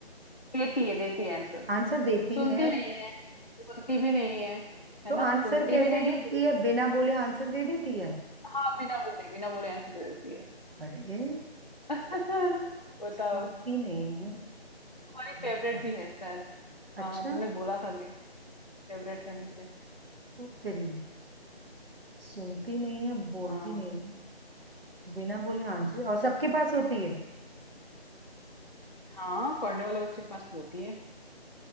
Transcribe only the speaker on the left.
देती है देती है आंसर
सुनती
नहीं है बोलती भी नहीं है
है ना
सुनती
भी नहीं है
बोलती
भी
नहीं
है। हाँ बिना बोले बिना बोले आंसर दे देती है
<laughs> बताओ
तुम्हारी
फेवरेट भी है शायद
हाँ तुमने बोला था भी फेवरेट है मुझे
हाँ
हाँ पढ़ने वाले बच्चे के पास तो होती है